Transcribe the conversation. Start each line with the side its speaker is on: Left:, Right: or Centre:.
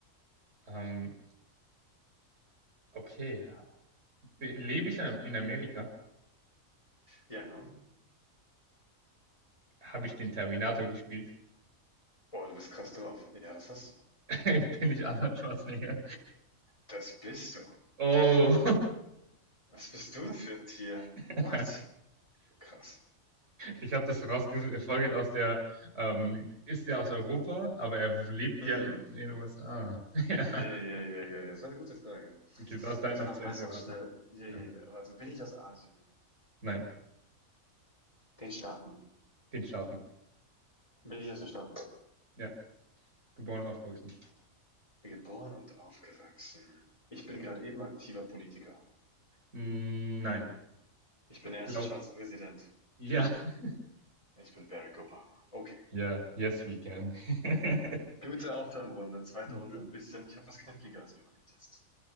Right: Ähm, okay. Be- Lebe ich in in Amerika?
Left: ja. ne?
Right: Habe ich den Terminator gespielt?
Left: Oh, du bist krass drauf. Ja, das hast du.
Right: <laughs> Bin ich Arnold Schwarzenegger?
Left: Das bist du.
Right: Oh.
Left: Was bist du für ein Tier?
Right: <laughs>
Left: What? Krass.
Right: Ich habe das rausgefolgert aus der, ähm, ist der aus Europa, aber er lebt
Left: Hm.
Right: ja in in den USA. <laughs> Ja.
Left: Ja, ja, ja, ja, ja. Das war eine gute Frage.
Right: Okay, du darfst deinen
Left: Ich
Right: noch
Left: mache
Right: zu
Left: meins
Right: Ende
Left: auch
Right: raten.
Left: schnell. Ja,
Right: Ja.
Left: ja, ja. Warte, bin ich aus Asien?
Right: Nein,
Left: Den Staaten.
Right: den Staaten.
Left: Bin ich aus den Staaten?
Right: Ja, geboren und aufgewachsen.
Left: Geboren und aufgewachsen. Ich bin gerade eben aktiver Politiker.
Right: Mm, nein,
Left: Ich bin der erste
Right: glaub,
Left: schwarze Präsident.
Right: ja, <laughs>
Left: Ich bin Barack Obama. Okay.
Right: ja, yes, we can. <laughs>
Left: Gute Aufwärmrunde. Zweite
Right: So.
Left: Runde ein bisschen. Ich habe was Kniffligeres mir überlegt jetzt.